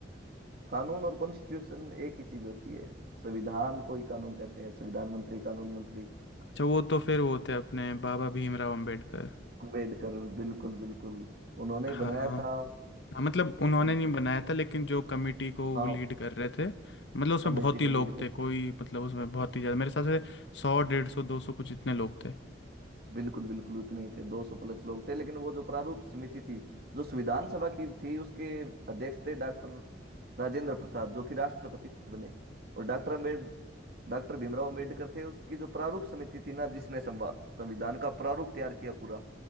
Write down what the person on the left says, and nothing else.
अच्छा वो तो फिर वो होते हैं अपने बाबा भीमराव अंबेडकर
हाँ
हाँ
हाँ, मतलब उन्होंने
नहीं बनाया था लेकिन जो कमेटी को
वो लीड कर रहे थे मतलब उसमें
बहुत
ही लोग
थे कोई मतलब उसमें बहुत ही ज़्यादा मेरे हिसाब से सौ डेढ़ सौ दो सौ कुछ इतने लोग थे